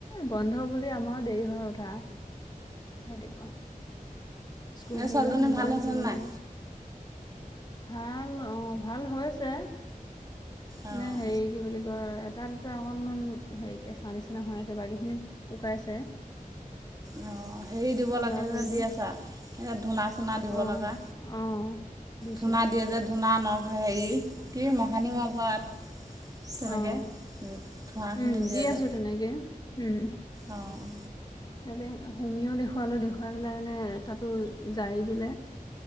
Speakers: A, on the left (about 30°); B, on the right (about 25°).
A: বন্ধ বুলি আমাৰো দেৰি হয় উঠা। ৰাতিপোৱা স্কুল
B: এই
A: থাকিলে
B: ছোৱালীজনী
A: সোনকালে
B: ভাল হৈছেনে
A: উঠিব
B: নাই
A: লাগে। ভাল অঁ' ভাল হৈছে।
B: অঁ
A: মানে হেৰি কি বুলি কয় তাত অকনমান হেৰি কেচা নিচিনা হৈ আছে বাকীখিনি শুকাইছে।
B: অঁ হেৰি দিব
A: কোলা
B: লাগে
A: পৰি
B: যে দি
A: পৰি
B: আছা ধূনা চুনা দিব
A: অ
B: লগা।
A: অ দিছো
B: ধূনা দিয়ে যে ধূনা ন হেৰি কি মহানিমৰ পাত। তেনেকৈ
A: অঁ'
B: ধোঁৱাখিনি
A: উম
B: দিয়ে
A: দি
B: যে
A: আছো তেনেকে উম।
B: অঁ'
A: তাতে হুমিও দেখুৱালো দেখুৱাই পেলাই মানে তাতো জাৰি দিলে।